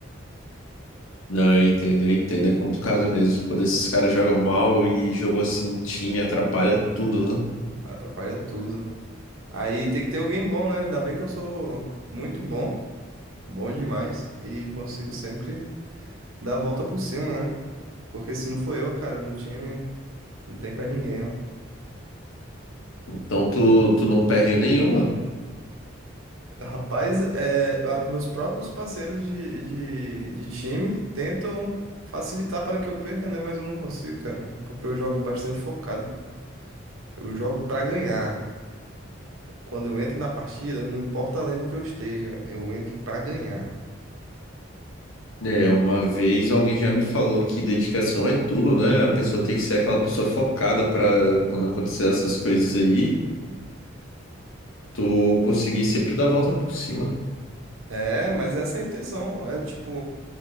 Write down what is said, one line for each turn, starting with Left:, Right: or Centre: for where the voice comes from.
Left: Não, eu entendo, eu entendo. É complicado mesmo. Quando esses caras jogam mal e jogo assim, em time atrapalha tudo, né?
Right: atrapalha tudo. Aí tem que ter alguém bom, né? Ainda bem que eu sou muito bom, bom demais, e consigo sempre dar a volta por cima, né? Porque se não for eu, cara, no time, não tem pra ninguém, ó.
Left: Então tu, tu não perde nenhuma.
Right: Rapaz, é, a- meus próprios parceiros de, de, de time tentam facilitar para que eu perca, né? Mas eu não consigo, cara, porque eu jogo bastante focado. Eu jogo pra ganhar. Quando eu entro na partida, não importa a lane que eu esteja, eu entro pra ganhar.
Left: É, uma vez alguém já me falou que dedicação é tudo, né? A pessoa tem que ser aquela pessoa focada pra quando acontecer essas coisas aí, tu conseguir sempre dar a volta por cima.
Right: É, mas essa é a intenção. É tipo,